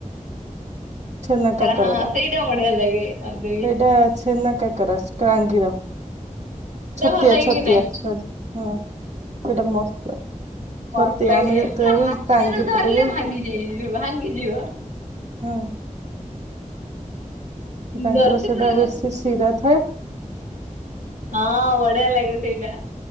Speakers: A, on the right (about 60°); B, on the right (about 80°).
A: ଛେନା କାକରାଟା
B: ଆରେ ହଁ ସେଇଟା ବଢିଆ ଲାଗେ। ମତେ ବି
A: ସେଇଟା ଛେନା କାକେରା କାଙ୍ଗିର
B: ସେଇଟା
A: ଛତିଆ
B: ଭଲ ଲାଗେ
A: ଛତିଆ
B: କି ନାଇଁ?
A: ସରି ହଁ ସେଇଟା ମସ୍ତ
B: ମସ୍ତ
A: ଛତିଆ
B: ଲାଗେ
A: ଆମେ ଯେତେବେଳେ
B: ପୁରା ହାତରେ
A: ଟାଙ୍ଗି
B: ଧରିଲେ
A: ପଟେ ଯାଇ
B: ଭାଙ୍ଗି ଯି ଭାଙ୍ଗିଯିବ।
A: ହୁଁ। ତାଙ୍କର
B: ଦର୍ଶି
A: ସେଇଟା
B: ପୁଡେ
A: ବେଶୀ ଶିରା ଥାଏ
B: ହଁ ବଢିଆ ଲାଗେ ସେଇଟା।